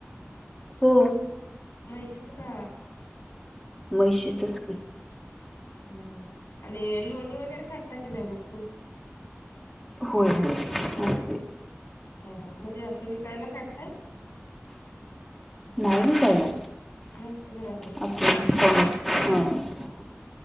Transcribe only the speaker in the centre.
हो.
म्हैशीचच की
होय होय असतंय ते.
नाही केला.
आपण <unintelligible> ह.